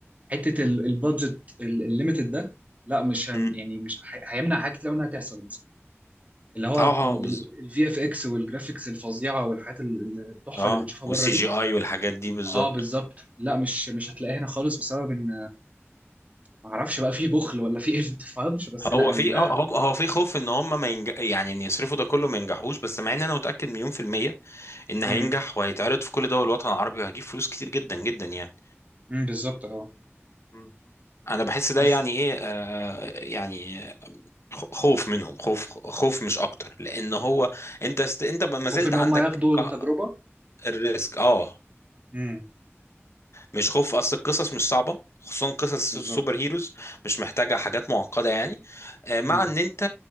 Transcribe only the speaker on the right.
حتة ال- البادجت ال- الليميتد ده لا مش هم-
يعني مش هي- هيمنع حاجات كتير أوي انها تحصل اللي هو
الفي اف اكس والجرافيكس الفظيعه والحاجات ال- التحفه
اللي بنشوفها
بره دي
اه بالظبط لا مش مش هتلاقيها هنا خالص بسبب ان ما اعرفش بقى في بخل ولا في ايه <laughs> ما تفهمش بس لا
ال...
امم
امم بالظبط اه
بس
خوف
ان
هم ياخدوا التجربه
امم
بالظبط
امم